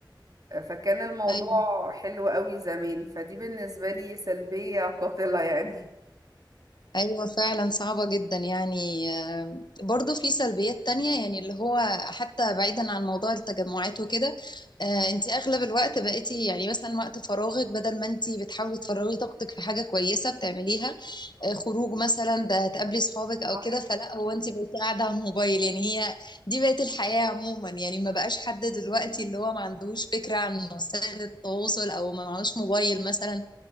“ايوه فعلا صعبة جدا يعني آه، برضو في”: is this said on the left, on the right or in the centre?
Left